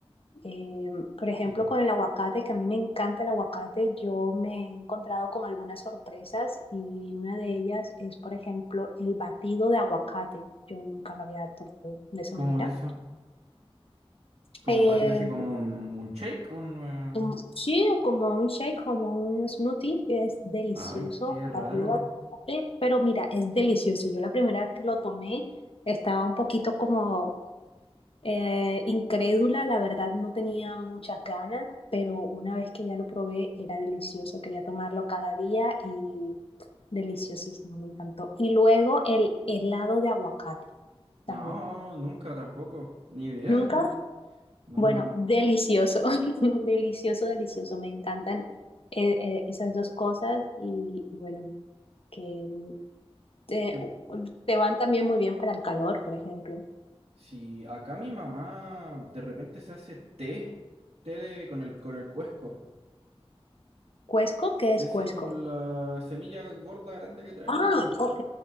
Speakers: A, on the left; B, on the right.
A: Eh, por ejemplo,
B: sí.
A: con el aguacate, que a mí me encanta el aguacate, yo me he encontrado con algunas sorpresas y una de ellas es, por ejemplo, el batido de aguacate. Yo nunca lo había tomado de esa
B: Como
A: manera.
B: eso. Como
A: Eh,
B: un batido así como un, un shake, un... eh,
A: un- sí, como un shake, como un smoothie, es delicioso,
B: Ay, qué raro.
A: batido de aguacate, pero mira, es delicioso. Yo la primera vez que lo tomé estaba un poquito como Eh, incrédula, la verdad no tenía muchas ganas, pero una vez que ya lo probé era delicioso, quería tomarlo cada día y deliciosísimo, me encantó. Y luego el helado de aguacate
B: No,
A: también.
B: nunca tampoco. Ni idea,
A: ¿Nunca?
B: no. No,
A: Bueno,
B: no.
A: delicioso, <laughs> delicioso, delicioso, me encantan eh, eh, esas dos cosas y, y bueno, que mm, te,
B: Yo-
A: te van también muy bien para el calor, por ejemplo.
B: si acá mi mamá de repente se hace té, té de- con el, con el cuesco.
A: ¿Cuesco? ¿Qué es
B: Ese
A: cuesco?
B: es como la semilla gorda grande que trae
A: Ah,
B: adentro.
A: ok.